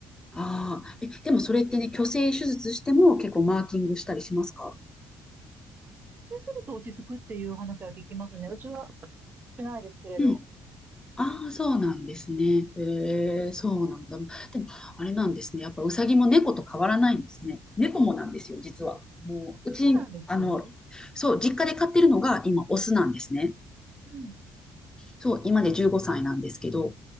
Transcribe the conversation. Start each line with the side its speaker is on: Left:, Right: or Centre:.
Left: ああ、え、でもそれってね、去勢手術しても結構マーキングしたりしますか
Right: あ、出世すると落ち着くっていう話は聞きますね。うちは、少ないですけれど。
Left: うん。ああ、そうなんですね。ええ、そうなんだ。でも、あれなんですね。やっぱウサギも猫と変わらないんですね。猫もなんですよ、実は。もう、
Right: あ、そうなんですかう
Left: うち、あの、そう、実家で飼ってるのが今、オスなんですね。
Right: ん。
Left: そう、今で15歳なんですけど、